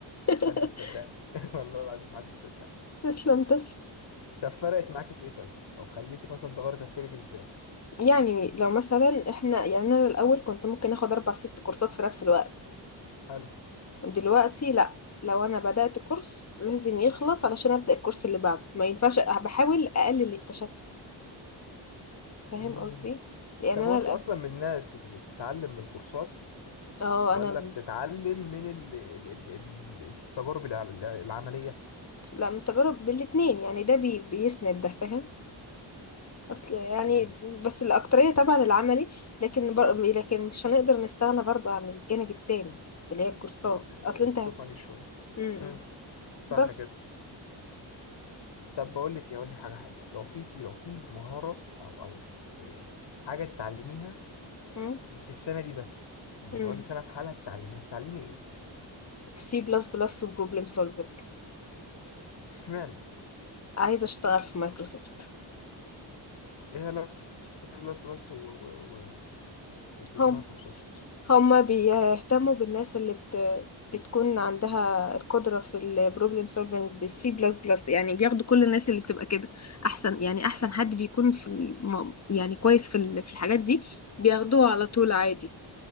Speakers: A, on the left (about 35°); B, on the left (about 70°).
A: <laughs>
B: محدش صدقني <laughs> والله العظيم محدش صدقني
A: تسلم تسلم
B: طب فرقت معاكي في ايه طيب او خليتك مثلا تغيري تفكيرك ازاي
A: يعني لو مثلا احنا يعني انا الاول كنت ممكن اخد اربع ست كورسات في نفس الوقت
B: حلو
A: دلوقتي لا لو انا بدأت كورس لازم يخلص علشان ابدأ الكورس اللي بعده ما ينفعش بحاول اقلل التشتت فاهم
B: مم.
A: قصدي لان
B: طب
A: انا
B: هو انت
A: لا
B: اصلا من الناس اللي بتتعلم من الكورسات
A: اه
B: ولا
A: انا ب-
B: بتتعلم من ال... ال... ال... ال- التجارب الع- العملية
A: لا من تجارب بالاتنين يعني ده بي بيسند ده فاهم اصل يعني
B: يعني
A: بس الاكترية طبعا العملي لكن بر... لكن مش هنقدر نستغنى برضو عن الجانب التاني اللي هي الكورسات
B: اللي هو ال- ال-
A: اصل
B: التقني
A: انت هت-
B: شوية
A: م-
B: مم.
A: م.
B: صح
A: بس
B: كده طب بقول لك إيه، اقول لك حاجه حلوه لو في في لو في مهاره او او إيه، حاجه تتعلميها
A: م-
B: في السنه دي بس يعني
A: م.
B: تقعدي سنه بحالها تتعلميها تتعلمي ايه
A: سي بلس بلس وبروبلم سولفنج
B: اشمعنى
A: عايزة اشتغل في مايكروسوفت
B: ايه علاقه سي بلس بلس و, و, و في- بمايكروسوفت
A: هم هما بيهتموا بالناس اللي بت... بتكون عندها القدرة في البروبلم سولفنج بالسي بلس بلس يعني بياخدوا كل الناس اللي بتبقى كده أحسن يعني أحسن حد بيكون في الم... يعني كويس في ال... في الحاجات دي بياخدوه على طول عادي